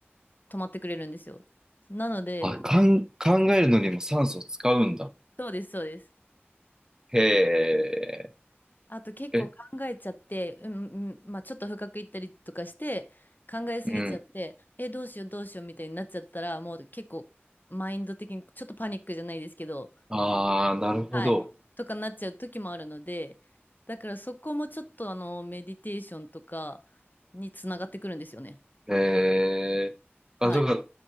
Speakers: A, on the left; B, on the right.
A: 止まってくれるんですよ。なので、
B: あ、かん、考えるのにも酸素使うんだ。
A: そうです、そうです。
B: へえ、
A: あと結構考えちゃって、
B: え、
A: うん、うんまあ、ちょっと深くいったりとかして、考えすぎちゃって、
B: うん。
A: え、どうしようどうしようみたいになっちゃったら、もう結構マインド的にちょっとパニックじゃないですけど、
B: ああ、なるほど。
A: はい、とかなっちゃう時もあるので、だからそこもちょっとあの、メディテーションとかにつながってくるんですよね。
B: えー、
A: はい。
B: あ、だか